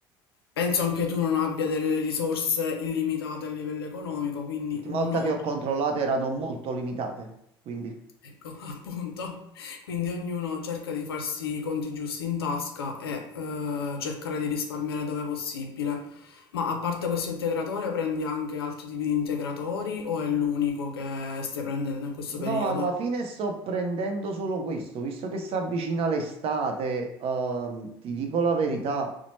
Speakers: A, on the left; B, on the right.
A: Penso anche tu non abbia delle risorse illimitate a livello economico, quindi
B: L'ultima
A: uno
B: volta che ho controllato erano molto limitate, quindi...
A: Ecco, <laughs> appunto. Quindi ognuno cerca di farsi i conti giusti in tasca e eh, cercare di risparmiare dove possibile. Ma a parte questo integratore, prendi anche altri tipi di integratori o è l'unico che stai prendendo in questo
B: No,
A: periodo?
B: alla fine sto prendendo solo questo, visto che si avvicina l'estate, ehm, ti dico la verità,